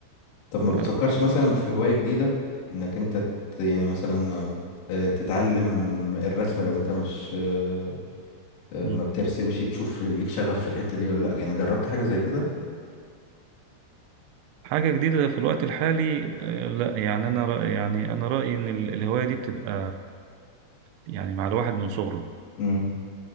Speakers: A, on the left (about 90°); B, on the right (about 85°).
A: طب
B: ف-
A: ما بتفكرش مثلا في هوايه جديده انك انت ت... يعني مثلا ما... آه، تتعلم الرسم لو انت مش آه، آه،
B: مم.
A: ما بترسمش تشوف ليك شغف في الحته دي ولا لا يعني جربت حاجه زي كده
B: حاجة جديدة في الوقت الحالي آه، لا يعني أنا رأي يعني أنا رأيي إن ال- الهواية دي بتبقى يعني مع الواحد من صغره
A: امم